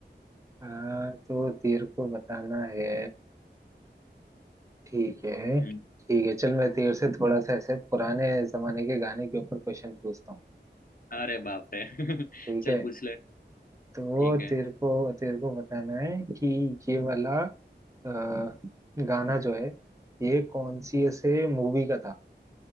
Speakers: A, on the right (about 15°); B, on the left (about 50°).
A: हाँ तो तेरे को बताना है ठीक है ठीक
B: हम्म,
A: है चल मैं तेरे से थोड़ा सा ऐसे पुराने जमाने के गाने के ऊपर क्वेश्चन पूछता हूँ
B: अरे बाप रे <laughs>
A: ठीक
B: चल
A: है
B: पूछ ले
A: तो
B: ठीक है
A: तेरे को तेरे को बताना है कि ये वाला अ, गाना जो है ये कौन सी ऐसे मूवी का था